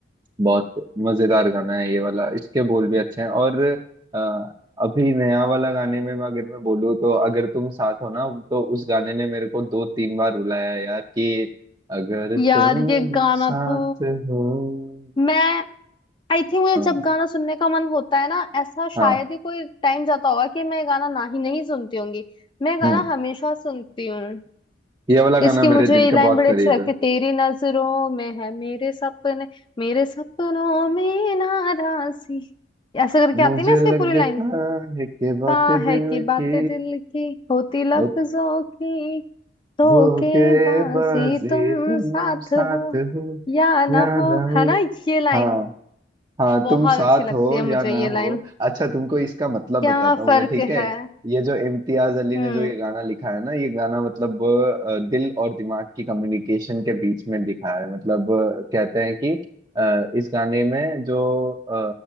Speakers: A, on the right (about 20°); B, on the left (about 25°).
A: बहुत मजेदार गाना है ये वाला इसके बोल भी अच्छे हैं और अ, अभी नया वाला गाने में मैं अगर मैं बोलूँ तो अगर तुम साथ हो ना तो उस गाने ने मेरे को दो तीन बार रुलाया है यार कि अगर
B: यार
A: तुम
B: ये गाना
A: साथ
B: तो
A: हो
B: मैं आई थिंक मुझे
A: हाँ
B: जब गाना सुनने का मन होता है ना ऐसा
A: हाँ
B: शायद ही कोई टाइम जाता होगा कि मैं ये गाना ना ही नहीं सुनती होंगी मैं ये गाना
A: हम्म
B: हमेशा सुनती हूँ
A: ये वाला गाना
B: इसकी मुझे
A: मेरे दिल
B: ये
A: के
B: लाइन
A: बहुत
B: बड़ी
A: करीब
B: अच्छी लगती
A: है
B: है तेरी नजरों में है मेरे सपने मेरे सपनों में नाराजी ऐसा करके
A: मुझे
B: आती है ना इसकी
A: लगता
B: पूरी लाइन
A: है कि बात
B: ता
A: दिल
B: है कि बातें
A: की
B: दिल की होती लफ्जों
A: ओ
B: की धोखेबाजी
A: धोखेबाजी
B: तुम
A: तुम
B: साथ
A: साथ
B: हो
A: हो
B: या ना
A: या
B: हो
A: ना हो
B: है ना ये लाइन
A: हाँ हाँ
B: बहुत
A: तुम साथ
B: अच्छी लगती
A: हो
B: है
A: या
B: मुझे
A: ना
B: ये
A: हो
B: लाइन
A: अच्छा तुमको इसका मतलब
B: क्या
A: बताता हूँ
B: फर्क
A: मैं ठीक है
B: है
A: ये जो इम्तियाज अली
B: हम्म
A: ने जो ये गाना लिखा है ना ये गाना मतलब अ, दिल और दिमाग की कम्युनिकेशन के बीच में लिखा है मतलब अ, कहते हैं कि अ, इस गाने में जो अ,